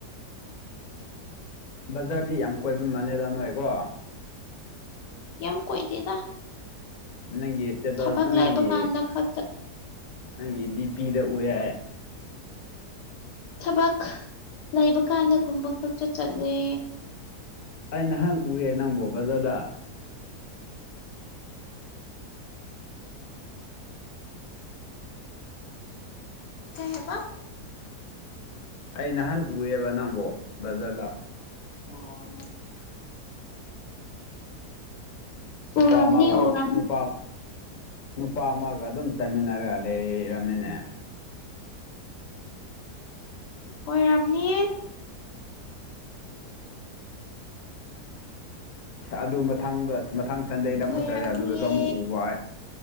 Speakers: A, on the left (about 65°); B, on the left (about 85°).
A: ꯕꯖꯥꯔꯗꯤ ꯌꯥꯝ ꯀꯣꯏꯕ ꯃꯥꯜꯂꯦꯗ ꯅꯣꯏꯀꯣ
B: ꯌꯥꯝ ꯀꯣꯏꯗꯦꯗ
A: ꯅꯪꯒꯤ ꯏꯁꯇꯦꯇꯁꯅ
B: ꯊꯕꯛ ꯂꯩꯕ
A: ꯅꯪꯒꯤ
B: ꯀꯥꯟꯗ ꯈꯛꯇ
A: ꯅꯪꯒꯤ ꯗꯤ ꯄꯤ ꯗ ꯎꯌ
B: ꯊꯕꯛ ꯂꯩꯕ ꯀꯥꯟꯗꯒꯨꯝꯕ ꯈꯛꯇ ꯆꯠꯂꯦ
A: ꯑꯩ ꯅꯍꯥꯟ ꯎꯌꯦ ꯅꯪꯕꯣ ꯕꯖꯔꯗ
B: ꯀ ꯍꯥꯏꯕ
A: ꯑꯩ ꯅꯍꯥꯟ ꯎꯑꯦꯕ ꯅꯪꯕꯣ ꯕꯖꯥꯔꯗ
B: ꯑꯣ
A: ꯅꯨꯄꯥ
B: ꯎꯔꯝꯅꯤ
A: ꯑꯃꯒ
B: ꯎꯔꯝ
A: ꯅꯨꯄꯥ ꯅꯨꯄꯥ ꯑꯃꯒ ꯑꯗꯨꯝ ꯆꯠꯃꯤꯟꯅꯔꯒ ꯂꯩꯔꯃꯤꯅꯦ
B: ꯑꯣꯏꯔꯝꯅꯤ
A: ꯑꯗꯨ ꯃꯊꯪꯗ ꯃꯊꯪ ꯁꯟꯗꯦꯗ
B: ꯑꯣꯏꯔꯝꯅꯤꯌꯦ
A: ꯑꯃꯨꯛ ꯆꯠꯂꯦ ꯑꯗꯨꯗꯁꯨ ꯑꯃꯨꯛ ꯎꯕ ꯍꯥꯏ